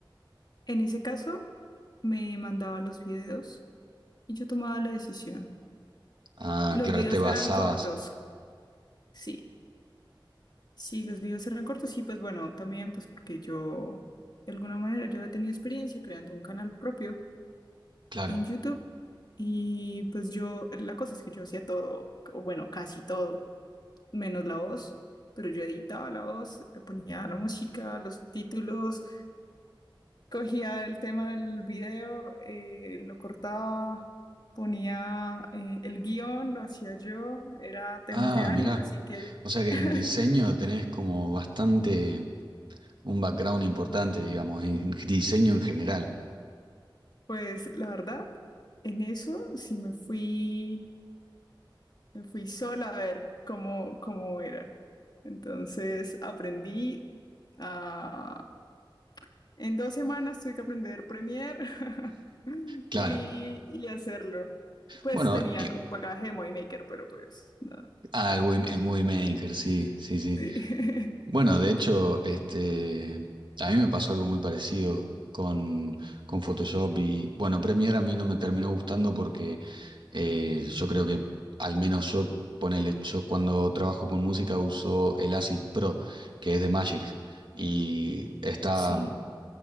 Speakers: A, on the left; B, on the right.
A: En ese caso, me mandaba los videos y yo tomaba la decisión.
B: Ah,
A: Los
B: claro,
A: videos
B: te basabas.
A: eran cortos, sí. Sí, los videos eran cortos y pues bueno, también pues porque yo, de alguna manera, yo he tenido experiencia creando un canal propio
B: Claro.
A: en YouTube y pues yo, la cosa es que yo hacía todo, o bueno, casi todo menos la voz, pero yo editaba la voz, le ponía la música, los subtítulos, cogía el tema del video, eh, lo cortaba, ponía eh, el guión, lo hacía yo, era temas
B: Ah,
A: de anime,
B: mirá.
A: así que
B: O sea que
A: <laughs>
B: en diseño tenés como bastante un background importante, digamos, en diseño en general.
A: pues la verdad, en eso sí me fui, me fui sola a ver cómo, cómo era. Entonces aprendí a En dos semanas tuve que aprender Premiere <laughs>
B: Claro.
A: y, y hacerlo. Pues
B: Bueno,
A: tenía
B: y-
A: algún bagaje de Movie Maker, pero pues nada.
B: ah, el, Wim- el Movie Maker, sí, sí, sí.
A: Sí.
B: Bueno,
A: <laughs>
B: de hecho, este, a mí me pasó algo muy parecido con, con Photoshop y, bueno, Premiere a mí no me terminó gustando porque eh, yo creo que, al menos yo, ponele, yo cuando trabajo con música uso el Acid Pro, que es de Magic. Y está.
A: Sí,